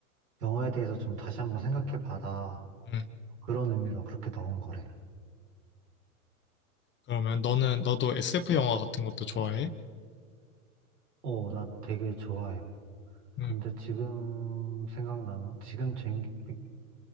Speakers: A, on the right; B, on the left.
A: 영화에 대해서 좀 다시 한번 생각해봐라.
B: 음.
A: 그런 의미로 그렇게 넣은 거래.
B: 그러면 너는, 너도 SF 영화 같은 것도 좋아해?
A: 어, 나 되게 좋아해.
B: 음,
A: 근데 지금 생각나는, 지금 재밌게